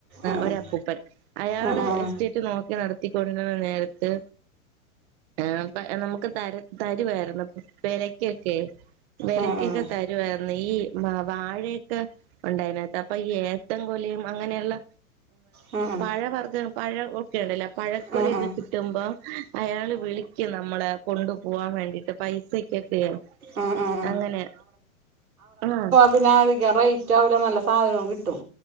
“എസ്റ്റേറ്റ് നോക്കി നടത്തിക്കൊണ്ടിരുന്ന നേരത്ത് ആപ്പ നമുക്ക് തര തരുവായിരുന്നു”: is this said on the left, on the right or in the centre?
Right